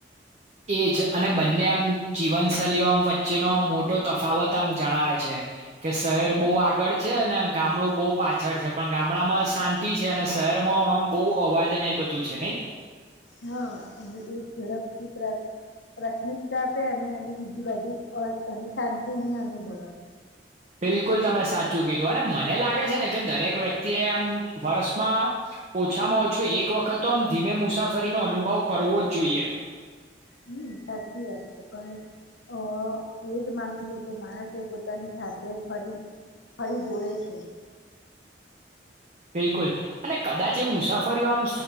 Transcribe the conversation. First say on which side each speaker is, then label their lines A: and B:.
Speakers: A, on the right; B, on the left.
A: એજ અને બંને આમ જીવનશૈલીઓ આમ વચ્ચેનો આમ મોટો તફાવત આમ જણાવે છે કે શહેર બહુ આગળ છે અને ગામડું બહુ પાછળ છે પણ ગામડામાં શાંતિ છે અને શહેરમાં આમ બહુ અવાજને એ બધું છે નહી.
B: હા એક ઝડપથી પ્રાથમિકતા આપે અને એ બીજી બાજુ અને શાંતિ ની અનુ <unintelligible>
A: બિલકુલ તમે સાચું કીધું અને મને લાગે છે ને કે દરેક વ્યક્તિ એ આમ વર્ષમાં ઓછામાં ઓછું એક વખત તો આમ ધીમે મુસાફરીનો અનુભવ કરવો જ જોઈએ.
B: હમ સાચી વાત છે પણ અ એજ માનું છું કે માણસ એ પોતાની સાથે ફરી ફરી જોડે છે.
A: બિલકુલ અને કદાચ એ મુસાફરીઓ આમ